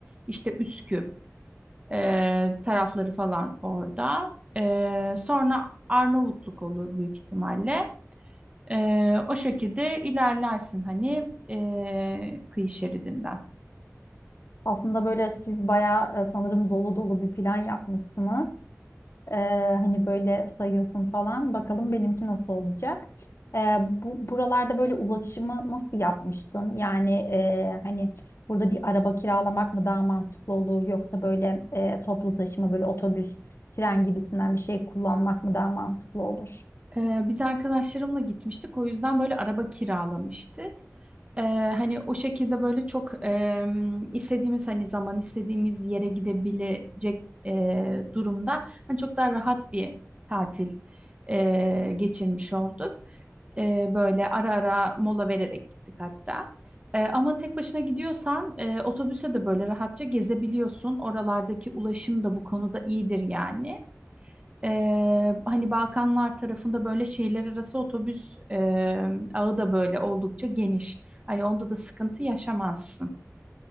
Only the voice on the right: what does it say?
İşte Üsküp e, tarafları falan orada. E, sonra Arnavutluk olur büyük ihtimalle. E, o şekilde ilerlersin hani e, kıyı şeridinden.
Ee, biz arkadaşlarımla gitmiştik. O yüzden böyle araba kiralamıştık. Ee, hani o şekilde böyle çok e, istediğimiz hani zaman istediğimiz yere gidebilecek e, durumda hani çok daha rahat bir tatil e, geçirmiş olduk. E, böyle ara ara mola vererek gittik hatta. E, ama tek başına gidiyorsan e, otobüse de böyle rahatça gezebiliyorsun. Oralardaki ulaşım da bu konuda iyidir yani. Ee, hani Balkanlar tarafında böyle şehirler arası otobüs e, ağı da böyle oldukça geniş. Hani onda da sıkıntı yaşamazsın.